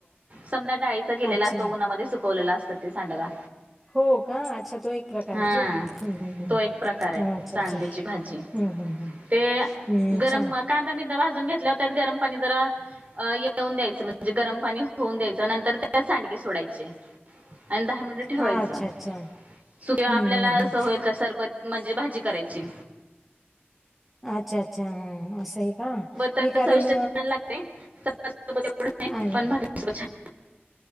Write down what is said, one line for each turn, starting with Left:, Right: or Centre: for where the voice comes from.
Right: समद्या डाळीचां केलेला
Centre: अच्छा
Right: असतो, उन्हामध्ये सुकवलेला असतं ते सांडगा.
Centre: हो का? अच्छा तो एक प्रकारे
Right: हा
Centre: तो, हम्म हम्म हम्म,
Right: तो एक प्रकार आहे
Centre: हा अच्छा
Right: सांडग्याची
Centre: अच्छा हम्म
Right: भाजी
Centre: हम्म हम्म.
Right: ते
Centre: हम्म
Right: गरम
Centre: छा
Right: कांदा बिंदा भाजून घेतल्याव त्यात गरम पाणी जरा हे होऊन द्यायचं, म्हणजे गरम पाणी होऊन द्यायचं नंतर त्यात सांडगे सोडायचे. आणि दहा मिनिटं ठेवायचं.
Centre: हा अच्छा अच्छा
Right: सुकल्यावर
Centre: हम्म
Right: आपल्याला
Centre: हम्म हम्म
Right: असं होईल तर सरबत म्हणजे भाजी करायची.
Centre: अच्छा अच्छा, हम्म असय का?
Right: तर
Centre: मी कारण
Right: चविष्ट छान ते चपाती सोबत एवढं नाय
Centre: अ
Right: पण भाकरी सोबत छान